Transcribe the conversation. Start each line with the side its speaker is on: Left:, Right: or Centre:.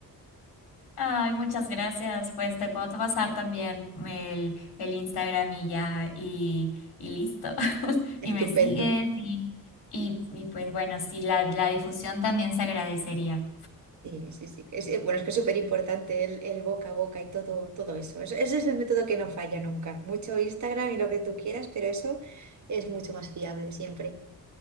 Left: <laughs> Ay, muchas gracias. Pues te puedo pasar también el, el Instagram y ya, y, y listo. <laughs>
Right: Estupendo.
Left: Y me sigues y, y, y pues bueno, sí, la, la difusión también se agradecería.
Right: Sí, sí, sí. Es- eh, bueno, es que es súper importante el, el boca a boca y todo, todo eso. Es- Ese es el método que no falla nunca. Mucho Instagram y lo que tú quieras, pero eso es mucho más fiable siempre.